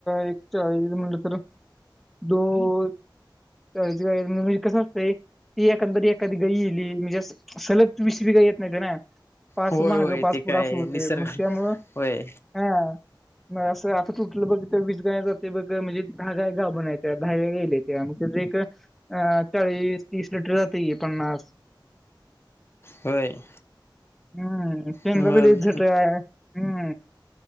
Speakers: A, in the centre; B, on the left.
A: एकच्या चाळीस म्हणलं तर दोच म्हणजे कसं असतंय? ती एकंदरी एखादी गाई येईली म्हणजे सलग वीसवी गा येत नाहीत ना. पाच
B: होय
A: महाग
B: होय
A: पाच
B: ते काय
A: पुुढ अस होते
B: निसर्ग
A: मग त्यामुळं
B: होय
A: हा मग असं आता तुटलं बघ तर वीज गाय जाते बघ म्हणजे दहा गा बणय आहेत्या दहाग्या येले त्या एक अ चाळीस, तीस लिटरआत पन्नास
B: होय.
A: हम्म. केंद्र
B: मग
A: बल झट आहे हम्म